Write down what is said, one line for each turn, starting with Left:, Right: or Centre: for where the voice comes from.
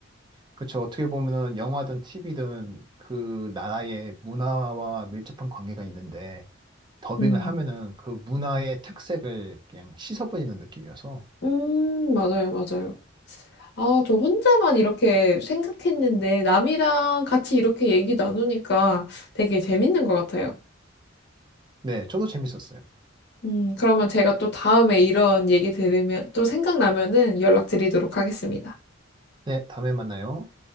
Right: 그쵸. 어떻게 보면은 영화든 TV든 그 나라의 문화와 밀접한 관계가 있는데 더빙을
Left: 음,
Right: 하면은 그 문화의 특색을 그냥 씻어버리는 느낌이어서
Left: 음, 맞아요, 맞아요. 아, 저 혼자만 이렇게 생각했는데 남이랑 같이 이렇게 얘기 나누니까 되게 재밌는 것 같아요.
Right: 네, 저도 재밌었어요.
Left: 음, 그러면 제가 또 다음에 이런 얘기 들으면 또 생각나면은 연락드리도록 하겠습니다.
Right: 네, 다음에 만나요.